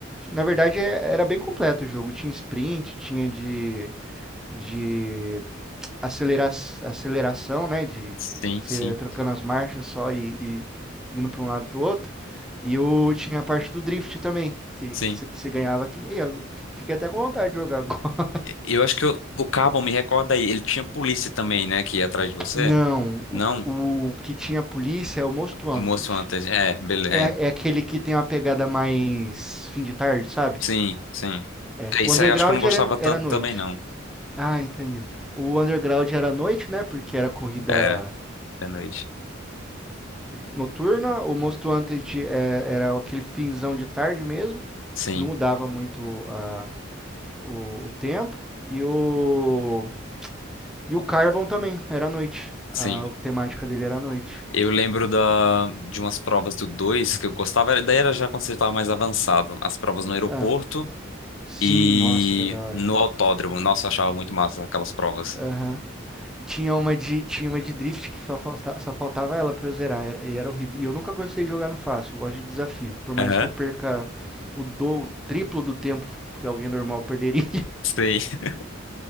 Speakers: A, in the centre; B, on the left.
A: Na verdade, é- era bem completo o jogo. Tinha sprint, tinha de. de acelera aceleração, né? De
B: sim,
A: você
B: sim,
A: trocando as marchas só e, e indo para um lado para o outro. E eu tinha a parte do drift também, que
B: sim.
A: você ganhava aqui. E eu fiquei até com vontade de jogar agora.
B: Eu acho que eu- o Carbon me recorda aí, ele tinha polícia também, né, que ia atrás
A: <laughs>
B: de você?
A: Não,
B: Não?
A: o, o que tinha polícia é o Most
B: O
A: Wanted.
B: moço antes. É, beleza.
A: É, é aquele que tem uma pegada mais fim de tarde, sabe?
B: Sim, sim.
A: É.
B: É,
A: O
B: Isso
A: Underground
B: aí eu acho que eu não gostava
A: era,
B: tanto
A: era noite.
B: também, não.
A: Ah, entendi. O Underground era à noite, né? Porque era corrida
B: Era, de noite.
A: noturna, o Monstro Hunter é, era aquele finzão de tarde mesmo,
B: Sim,
A: não mudava muito a, o, o, tempo, e o, e o Carbon também, era à noite,
B: sim.
A: a, a temática dele era à noite.
B: Eu lembro da, de umas provas do 2 que eu gostava, era- daí era já quando você estava mais avançado. As provas no aeroporto
A: Ah, sim,
B: e
A: nossa, era da hora.
B: no autódromo. Nossa, eu achava muito massa aquelas provas.
A: Aham. Tinha uma de tinha uma de drift que só, falta, só faltava ela para eu zerar, era, e era horrível. E eu nunca gostei de jogar no fácil, eu gosto de desafio, por mais
B: Aham,
A: que eu perca o do o triplo do tempo que, que alguém normal perderia.
B: sim. <laughs>